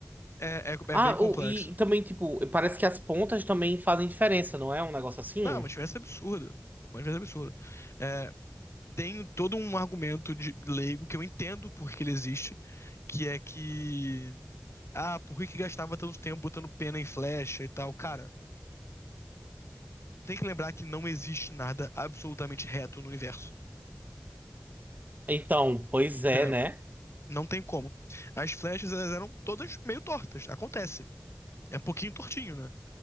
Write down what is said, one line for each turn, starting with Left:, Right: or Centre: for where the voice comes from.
Left: É, é,
Right: Ah,
Left: é bem complexo.
Right: o- e também, tipo, parece que as pontas também fazem diferença, não é? Um negócio assim?
Left: Não, é uma diferença absurda. Uma diferença absurda. É, tem todo um argumento de leigo que eu entendo porque ele existe, que é que ah, por que que gastava tanto tempo botando pena em flecha e tal? Cara, tem que lembrar que não existe nada absolutamente reto no universo,
Right: Então, pois
Left: entendeu?
Right: é, né?
Left: Não tem como. As flechas elas eram todas meio tortas, acontece. É um pouquinho tortinho, né?